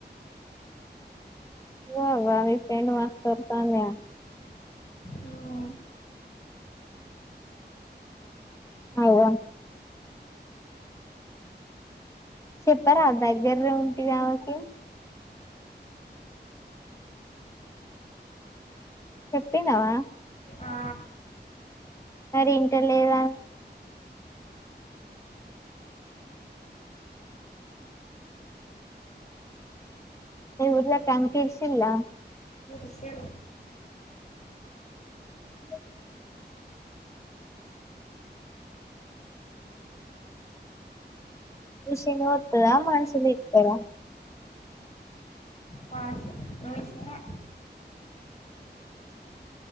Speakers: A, on the left; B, on the left.
A: వా వాారి టెడ్ వాస్ కతానే
B: మ్మ్
A: అవ చెప్పరాా ఆ దగ్గరే ఉంటి ఆమకి చెప్పినవా
B: ఆ
A: మరి ఇంట లేదా అ ఉఊర్ల క అంకిర్సలా
B: ఇసీ
A: అ విషీ నోడ్తదా మనసులు ఇర్తారా
B: వాషింగ్ మిషనే